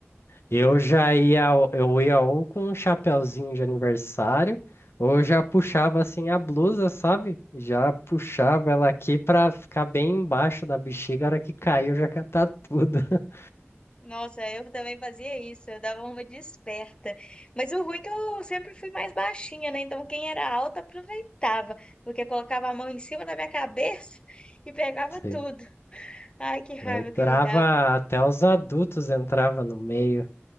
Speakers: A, on the left; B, on the left.
A: Eu já ia, ou- eu ia ou com um chapeuzinho de aniversário, ou eu já puxava assim a blusa, sabe? Já puxava ela aqui pra ficar bem embaixo da bexiga. A hora que caiu, já catar tudo. <laughs>
B: Nossa, eu também fazia isso, eu dava uma de esperta. Mas o ruim é que eu sempre fui mais baixinha, né? Então quem era alta aproveitava, porque colocava a mão em cima da minha cabeça <laughs> e pegava
A: Sim.
B: tudo. Ai, que raiva
A: Entrava,
B: que me dava.
A: até os adultos entrava no meio.